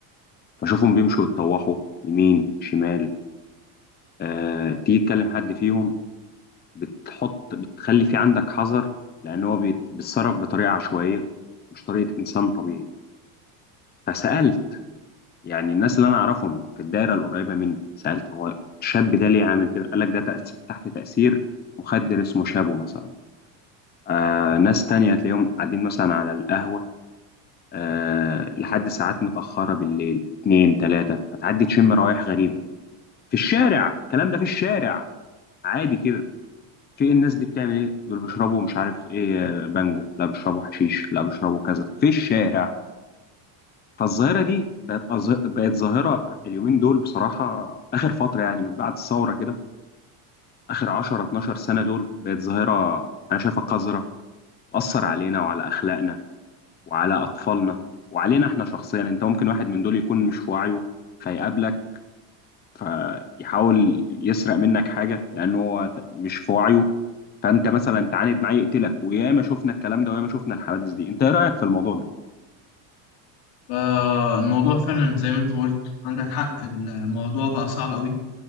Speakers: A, on the left; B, on the left.
A: بشوفهم بيمشوا يتطوحوا يمين شمال آه، تيجي تكلم حد فيهم بتحط بتخلي في عندك حذر لان هو بيت- بيتصرف بطريقه عشوائيه مش طريقه انسان طبيعي فسالت يعني الناس اللي انا اعرفهم في الدايره القريبه مني سالت هو الشاب ده ليه عامل كده قال لك ده تأس- تحت تاثير مخدر اسمه شابو مثلا آه ناس تانية تلاقيهم قاعدين مثلا على القهوة آه لحد ساعات متأخرة بالليل اتنين تلاتة فتعدي تشم روايح غريبة في الشارع الكلام ده في الشارع عادي كده في الناس دي بتعمل ايه دول بيشربوا مش عارف ايه آه، بانجو لا بيشربوا حشيش لا بيشربوا كذا في الشارع فالظاهرة دي بقت أظ- بقت ظاهرة اليومين دول بصراحة آخر فترة يعني من بعد الثورة كده آخر 10 12 سنة دول بقت ظاهرة أنا شايفها قذرة بتأثر علينا وعلى أخلاقنا وعلى أطفالنا وعلينا إحنا شخصيا أنت ممكن واحد من دول يكون مش في وعيه فيقابلك فيحاول يسرق منك حاجة لأنه هو ت- مش في وعيه فأنت مثلا تعاند معاه يقتلك وياما شفنا الكلام ده وياما شفنا الحوادث دي أنت إيه رأيك في الموضوع ده؟
B: آه، الموضوع فعلا زي ما انت قلت عندك حق الموضوع بقى صعب قوي